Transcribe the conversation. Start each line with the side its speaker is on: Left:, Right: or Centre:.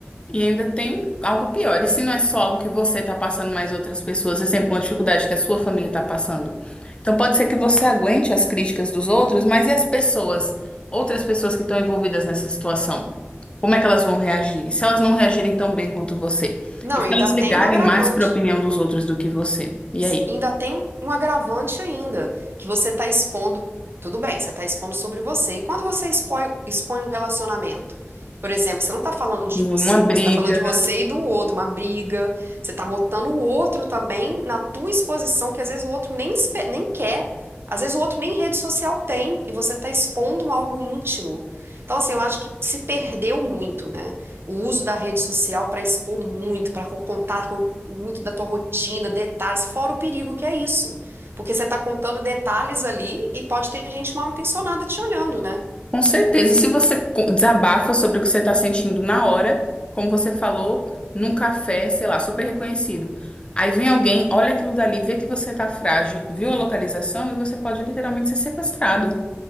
Left: E ainda tem algo pior. E se não é só algo que você está passando, mas outras pessoas, você sempre tem uma dificuldade que a sua família está passando. Então pode ser que você aguente as críticas dos outros, mas e as pessoas, outras pessoas que estão envolvidas nessa situação? Como é que elas vão reagir? E se elas não reagirem tão bem quanto você?
Right: Não,
Left: E se
Right: ainda
Left: elas
Right: tem
Left: ligarem
Right: um agravante.
Left: mais para a opinião dos outros do que você? E
Right: Mas
Left: aí?
Right: ainda tem um um agravante ainda, que você está expondo, tudo bem, você está expondo sobre você. E quando você expõe, expõe um relacionamento, por exemplo, você não está falando de
Left: Sim,
Right: você,
Left: Uma briga.
Right: você está falando de você e do outro, uma briga, você está botando o outro também na tua exposição, que às vezes o outro nem, espe- nem quer. Às vezes o outro nem rede social tem e você está expondo algo íntimo. Então, assim, eu acho que se perdeu muito, né? O uso da rede social para expor muito, para contar muito da tua rotina, detalhes, fora o perigo que é isso. Porque você está contando detalhes ali e pode ter gente mal intencionada te olhando, né?
Left: Com certeza. E se você co- desabafa sobre o que você está sentindo na hora, como você falou, num café, sei lá, super reconhecido. Aí vem alguém, olha aquilo dali, vê que você está frágil, viu a localização e você pode literalmente ser sequestrado.